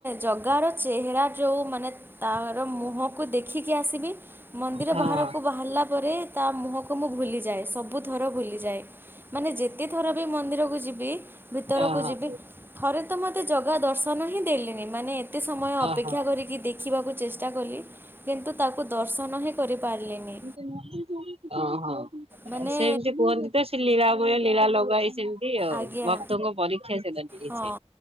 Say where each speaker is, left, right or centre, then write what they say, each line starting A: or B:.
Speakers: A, on the right (about 20°); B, on the right (about 70°).
A: ଜଗାର ଚେହେରା ଜୋଉଁ ମାନେ ତାଆର ମୁହଁକୁ ଦେଖିକି ଆସିବି ମନ୍ଦିର
B: ହଁ
A: ବାହାରକୁ ବାହାରିଲା ପରେ ତା ମୁହଁକୁ ମୁଁ ଭୁଲିଯାଏ ସବୁ ସବୁଥର ଭୁଲି ଯାଏ ମାନେ ଯେତେ ଥର ବି ମନ୍ଦିରକୁ ଯି ବି ଭିତରକୁ
B: ଅହ
A: ଯିବି ଥରେ ମତେ ଜଗା ଦର୍ଶନ ହିଁ ଦେଲେନି ମାନେ କେତେ ସମୟ ଅପେକ୍ଷା
B: ଅହ।
A: କରିକି ଦେଖିବାକୁ ଚେଷ୍ଟା କଲି, କିନ୍ତୁ ତାକୁ ଦର୍ଶନ ହିଁ କରିପାରିଲିନି।
B: <unintelligible> ଅ ହଁ
A: ମାନେ
B: ସେମିତି କୁହନ୍ତି ତ, ସେ ଲୀଳାମୟ ଲୀଳା ଲଗ ବାଇସି ସେଇ ଆଉ,
A: ଆଜ୍ଞା
B: ଭକ୍ତଙ୍କ ପରୀକ୍ଷା ସେଟା ନେଇଛେ
A: ହଁ